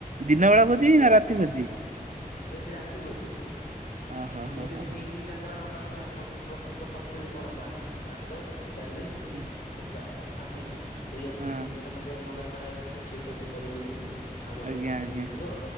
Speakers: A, on the right (about 55°); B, on the left (about 85°).
A: ଦିନ ବେଳା ଭୋଜି
B: ଏଇଆ
A: ନା
B: ଅଛି
A: ରାତି ଭୋଜି।
B: ଇଏ ହଉଚି ରାତି ଭୋଜି
A: ଓହୋ
B: ଆ ଦିନରେ
A: ହୋ ହୋ
B: ବି ସେଇଟି
A: ହୋ
B: ତାଙ୍କର ମାନେ ପ୍ର ପ୍ରସ୍ତୁତ କରିଚନ୍ତି କଣ ବା ଭାତ ଡାଲି
A: ହଁ
B: ଖଟା ଭାବୁଚି ଏଇଆ ହବ
A: ହଁ
B: ଦି ଦିରେ ମ ସେ ମନା କରାହେଇଚି ରୋଷେଇ ତମେ କରିବନି ଆମ
A: ଆଜ୍ଞା
B: ଘରୁ ତମେ
A: ଆଜ୍ଞା
B: ନେଇଯିବ